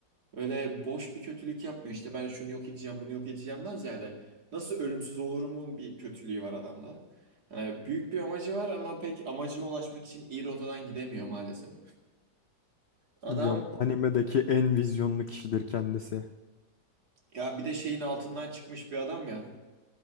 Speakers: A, on the right; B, on the left.
A: Öyle boş bir kötülük yapmıyor. İşte ben şunu yok edeceğim, bunu yok edeceğimden ziyade nasıl ölümsüz olurumun bir kötülüğü var adamda. Yani büyük bir amacı var ama pek amacına ulaşmak için iyi rotadan gidemiyor maalesef. Adam
B: Hocam animedeki en vizyonlu kişidir kendisi.
A: ya bir de şeyin altından çıkmış bir adam ya.